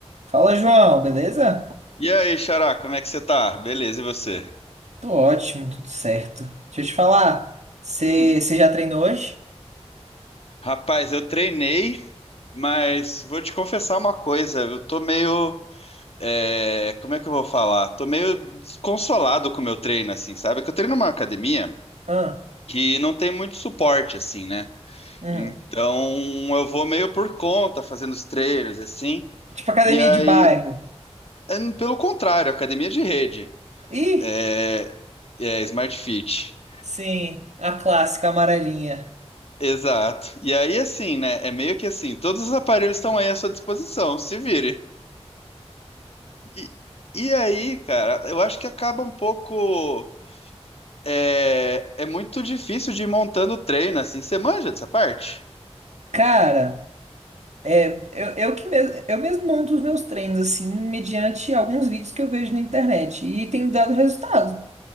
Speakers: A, on the right (about 85°); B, on the left (about 60°).
A: Fala, João, beleza?
B: E aí, Xará, como é que você tá? Beleza, e você?
A: Tô ótimo, tudo certo. Deixa eu te falar, você
B: Hum,
A: já treinou hoje?
B: rapaz, eu treinei, mas vou te confessar uma coisa, eu tô meio, é, como é que eu vou falar? Tô meio desconsolado com o meu treino, assim, sabe? Que eu treino numa academia
A: Ah,
B: que não tem muito suporte, assim, né?
A: uhum.
B: Então, eu vou meio por conta, fazendo os treinos, assim,
A: Tipo academia
B: e aí,
A: de bairro.
B: eh, pelo contrário, academia de rede,
A: Ih,
B: é, é Smart Fit.
A: sim, a clássica amarelinha.
B: Exato. E aí, assim, né? É meio que assim, todos os aparelhos estão aí à sua disposição, se vire. E, e aí, cara, eu acho que acaba um pouco. É, é muito difícil de ir montando treino, assim. Você manja dessa parte?
A: Cara, é, eu, eu que mes- eu mesmo monto os meus treinos, assim, mediante alguns vídeos que eu vejo na internet. E tem dado resultado.